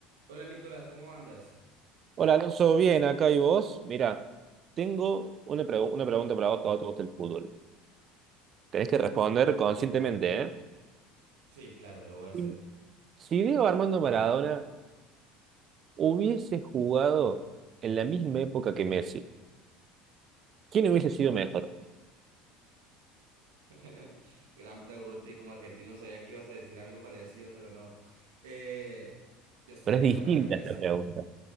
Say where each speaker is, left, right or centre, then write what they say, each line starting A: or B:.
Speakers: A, on the right (about 75°); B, on the right (about 45°).
A: Hola Nicolás, ¿cómo andas?
B: Hola Alonso, bien, acá y vos. Mira, tengo una, pregu- una pregunta para vos que a vos te gusta el fútbol. Tenés que responder conscientemente, ¿eh?
A: Sí, claro, lo voy a hacer.
B: Si si Diego Armando Maradona hubiese jugado en la misma época que Messi, ¿quién hubiese sido mejor?
A: <laughs> Gran pregunta y como argentino sabía que ibas a decir algo parecido, pero no. Eh, yo estoy
B: Pero
A: enamorado
B: es distinta
A: de Messi.
B: esta pregunta.